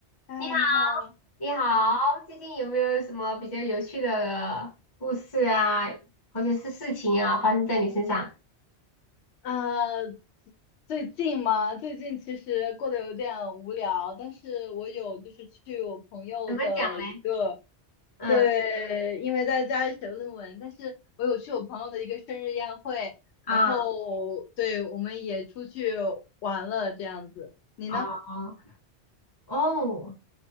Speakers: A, on the left; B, on the left.
A: 哎，
B: 你好，
A: 你好，
B: 你好，
A: 嗯，
B: 最近有没有什么比较有趣的故事啊，或者是事情啊，发生在你身上？
A: 呃，最近嘛，最近其实过得有点无聊，但是我有就是去我朋友的一个，
B: 怎么讲嘞？嗯，
A: 对，因为在家里写论文，但是我有去我朋友的一个生日宴会，
B: 啊，
A: 然后对，我们也出去玩了这样子。你呢？
B: 哦，哦，